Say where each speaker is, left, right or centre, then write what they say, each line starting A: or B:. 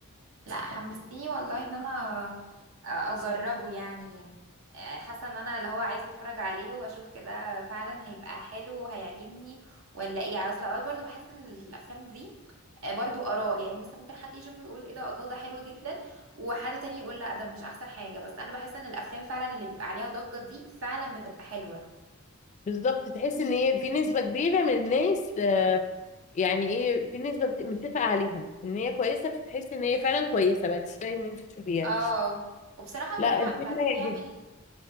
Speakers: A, on the right (about 70°); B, on the left (about 35°).
A: لا حمستيني والله ان انا اجربه يعني آه، حاسه ان انا اللي هو عايزه اتفرج عليه واشوف كده فعلا هيبقى حلو وهيعجبني ولا ايه يعني اصل اوقات برضو بحس ان الافلام دي آه، برضو اراء يعني مثلا ممكن حد يشوفه يقول ايه ده الله ده حلو جدا وحد تاني يقول لا ده مش احسن حاجه بس انا بحس ان الافلام فعلا اللي بيبقى عليها ضجه دي فعلا بتبقى حلوه
B: بالظبط تحس ان هي في نسبه كبيره من الناس آه، يعني ايه في نسبه متفق عليها ان هي كويسه فتحس ان هي فعلا كويسه بقى تستاهل ان انت تشوفيها
A: اه وبصراحه
B: لا
A: كريم عبد
B: الفيلم
A: العزيز بيعمل
B: جدا